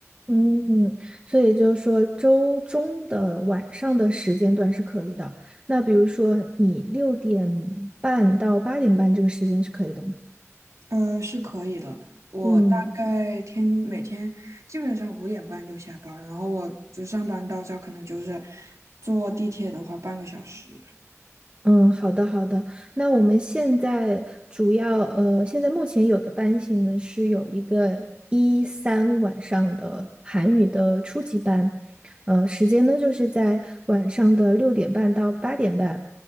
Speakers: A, on the right; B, on the right.
A: 嗯，所以就是说周中的晚上的时间段是可以的。那比如说你六点半到八点半这个时间是可以的吗？
B: 嗯是可以的。我大概天每天基本上五点半就下班了，
A: 嗯。
B: 然后我就上班到这儿可能就是坐地铁的话半个小时。
A: 嗯，好的好的。那我们现在主要呃，现在目前有的班型呢是有一个一三晚上的韩语的初级班，呃，时间呢就是在晚上的六点半到八点半，